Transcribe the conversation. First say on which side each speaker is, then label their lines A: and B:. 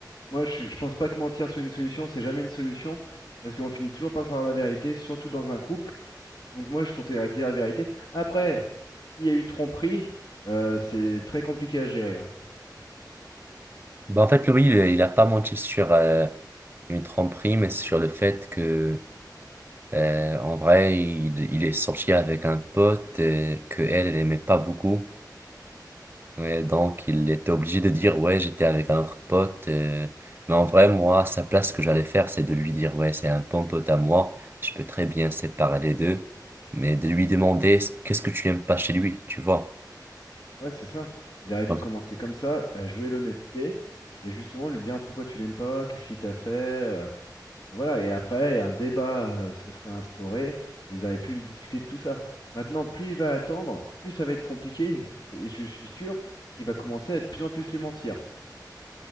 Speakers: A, on the left; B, on the right.
A: Moi, je, suis- je pense pas que mentir soit une solution, c'est jamais une solution, parce qu'on finit toujours par savoir la vérité, surtout dans un couple. Donc moi, je conseillerais de dire la vérité. Après, s'il y a eu tromperie, euh, c'est très compliqué à gérer. hein.
B: Bah en fait, Louis, il il a pas menti sur euh, une tromperie, mais sur le fait que, euh, en vrai, il, il est sorti avec un pote euh, que elle, elle aimait pas beaucoup. Ouais, donc il était obligé de dire ouais, j'étais avec un autre pote. euh, Mais en vrai, moi, sa place, ce que j'allais faire, c'est de lui dire ouais, c'est un bon pote à moi. Je peux très bien séparer les deux. Mais de lui demander qu'est-ce que tu n'aimes pas chez lui, tu vois.
A: Ouais, c'est ça. Il aurait dû
B: Donc,
A: commencer comme ça, à jouer l'honnêteté, et justement lui dire pourquoi tu l'aimes pas, qu'est-ce qu'il t'a fait. euh, Et Voilà, et après, un débat euh, se serait instauré, et ils auraient pu discuter de tout ça. Maintenant, plus il va attendre, plus ça va être compliqué, et je suis sûr qu'il va commencer à de plus en plus lui mentir.